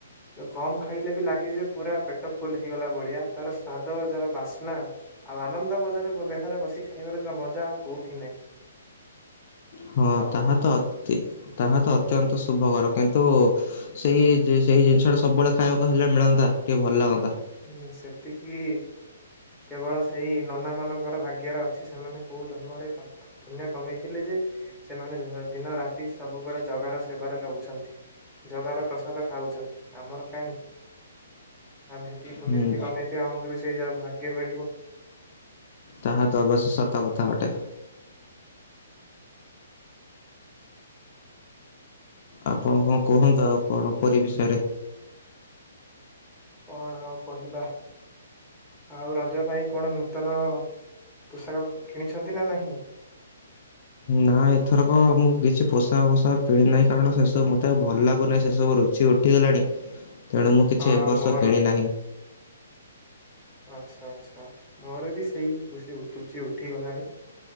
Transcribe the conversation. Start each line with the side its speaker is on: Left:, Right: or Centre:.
Centre: କମ୍ ଖାଇଲେ ବି ଲାଗେଯେ ପୁରା ପେଟ ଫୁଲ୍ ହେଇଗଲା ଭଳିଆ। ତାର ସ୍ଵାଦ ଯାହା ବାସ୍ନା ଆଉ ଆନନ୍ଦ ବଜାର ବ ବେଢାରେ ବସିି ଖାଇବାର ଯୋଉ ମଜା ଆଉ କୋଉଠି ନାହିଁ।
Left: ହଁ
Centre: ଆଉ
Left: ତାହା ଅତି- ତାହା ତ ଅତ୍ୟନ୍ତ ଶୁଭକର। କିନ୍ତୁ ସେଇ ଜି ସେଇ ଜିନିଷ ଟା ସବୁବେଳେ ଖାଇଆକୁ ହେଲେ ମିଳନ୍ତା ଟିକେ ଭଲ ଲାଗନ୍ତା।
Centre: ହୁଁ ସେତିକି କେବଳ ସେଇ ନନାମାନଙ୍କର ଭାଗ୍ୟରେ ଅଛି। ସେମାନେ କୋଉଁ ଜନ୍ମରେ ପା ପୁଣ୍ୟ କମେଇଥିଲେ ଯେ, ସେମାନେ ଜ ଦିନ ରାତି ସବୁବେଳେ ଜଗାର ସେବାରେ ରହୁଛନ୍ତି। ଜଗାର ପ୍ରସାଦ ଖାଉଚନ୍ତି ଆମର କାହିଁ? ଆମେ ହେ ଏତିକି ପୁଣ୍ୟ
Left: ହୁଁ
Centre: ଯଦି କମେଇଥିଆ ଆମକୁ ବି ସେଇ ଯା ଭାଗ୍ୟ ମିଳିବ।
Left: ତାହା ତ ଅବଶ୍ୟ ସତ କଥା ଅଟେ।
Centre: <inaudible>
Left: ଆପଣ କଣଁ କୁହନ୍ତୁ ଆଉ କଣଁ ପୁରୀ ବିଷୟରେ?
Centre: କଣ ଆଉ କହିବା? ଆଉ ରଜ ପାଇଁ କଣ ନୂତନ ପୋଷାକ କିଣିଛନ୍ତି ନା ନାହିଁ?
Left: ନା ଏଥରକ ମୁଁ କିଛି ପୋଷାକ ଫୋଷାକ କିଣି ନାହିଁ। କାରଣ ସେସବୁ ମତେ ଆଉ ଭଲ୍ ଲାଗୁନାହିଁ ସେସବୁ ରୁ ସେ ଉଠିଗଲାଣି। ତେଣୁ ମୁଁ କିଛି
Centre: ହଁ
Left: ଏବର୍ଷ
Centre: ମୋର
Left: କିଣି ନାହିଁ।
Centre: ଆଚ୍ଛା ଆଚ୍ଛା, ମୋର ବି ସେଇ ରୁଷି ଉଠିଚି ଉଠିଗଲାଣି।